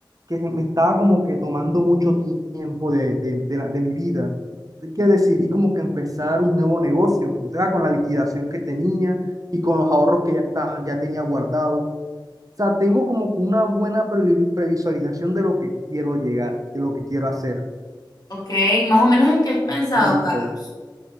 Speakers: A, on the right; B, on the left.
A: que me estaba como que tomando mucho tiempo de, de, de la- de mi vida. Así que decidí como que empezar un nuevo negocio, o sea, con la liquidación que tenía y con los ahorros que ya estaban, ya tenía guardados. O sea, tengo como que una buena pre- previsualización de lo que quiero llegar, de lo que quiero hacer.
B: Ok, más o menos en qué has pensado,
A: Listo.
B: Carlos.